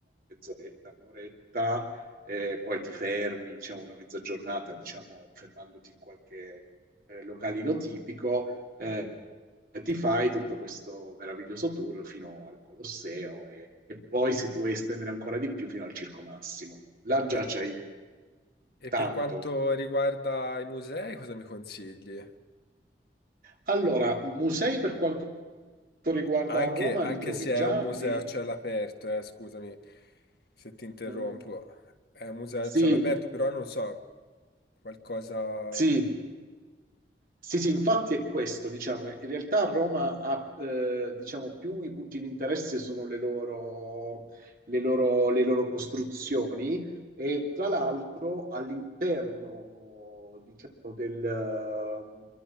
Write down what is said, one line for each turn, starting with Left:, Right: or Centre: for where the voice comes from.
Right: mezz'oretta, un'oretta, eh, poi ti fermi, diciamo, una mezza giornata, diciamo, fermandoti in qualche eh, localino tipico, eh, ti fai tutto questo meraviglioso tour fino al Colosseo e, e, poi, se ti vuoi estendere ancora di più, fino al Circo Massimo. Là già
Left: Pe-
Right: c'hai
Left: E
Right: tanto.
Left: per quanto riguarda i musei, cosa mi consigli?
Right: Allora, musei per quanto riguarda
Left: Anche,
Right: Roma
Left: anche
Right: li trovi
Left: se è
Right: già
Left: un museo
Right: nei...
Left: a cielo aperto, eh, scusami se ti interrompo.
Right: Mm,
Left: È un museo
Right: sì,
Left: a cielo aperto, però non so, qualcosa...
Right: sì, Sì, sì, infatti è questo, diciamo, in realtà Roma ha, eh, diciamo, più i punti di interesse sono le loro, le loro- le loro costruzioni e tra l'altro all'interno, oh, diciamo, del... ehm,